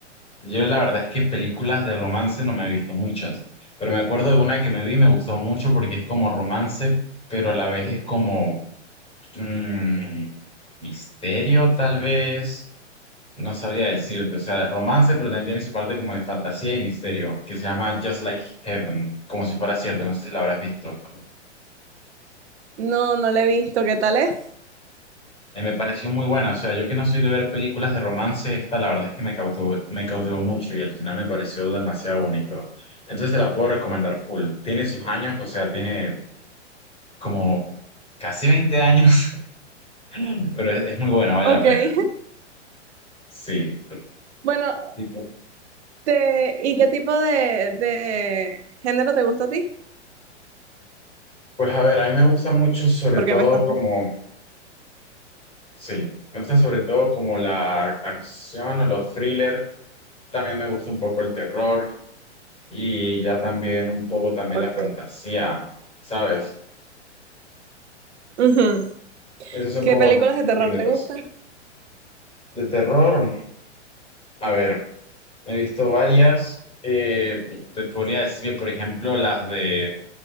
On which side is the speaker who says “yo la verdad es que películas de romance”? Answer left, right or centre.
Left